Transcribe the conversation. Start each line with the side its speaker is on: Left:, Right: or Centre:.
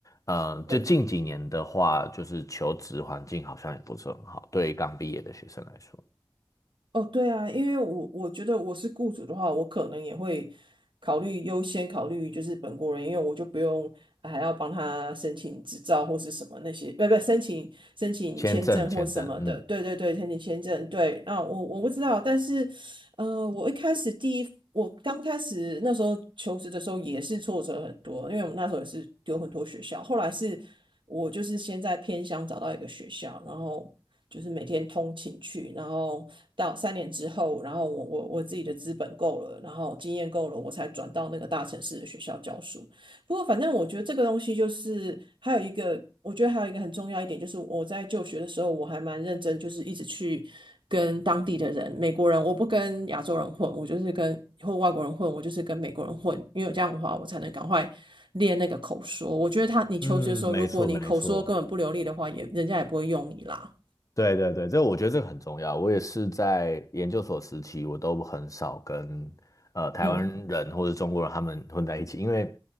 Left: 嗯、
Right: 对
Left: 就近几年的话，就是求职环境好像也不是很好，对于刚毕业的学生来说，
Right: 哦，对啊，因为我我觉得我是雇主的话，我可能也会考虑优先考虑就是本国人，因为我就不用啊还要帮他申请执照或是什么那些，不不申请申请签证或什么的。
Left: 签证，签证，嗯
Right: 对对对，申请签证，对。那我我不知道，但是呃，我一开始第一，我刚开始那时候求职的时候也是挫折很多，因为我们那时候也是丢很多学校。后来是我就是先在偏乡找到一个学校，然后就是每天通勤去，然后到三年之后，然后我我我自己的资本够了，然后经验够了，我才转到那个大城市的学校教书。不过，反正我觉得这个东西就是还有一个，我觉得还有一个很重要一点，就是我在就学的时候，我还蛮认真，就是一直去跟当地的人，美国人，我不跟亚洲人混，我就是跟或外国人混，我就是跟美国人混，因为这样的话，我才能赶快练那个口说。我觉得他，你求职的时候，
Left: 嗯，没错没错，
Right: 如果你口说根本不流利的话，也人家也不会用你啦。
Left: 对对对，这我觉得这个很重要。我也是在研究所时期，我都很少跟呃台湾人或者中国人他们混在一起，
Right: 嗯
Left: 因为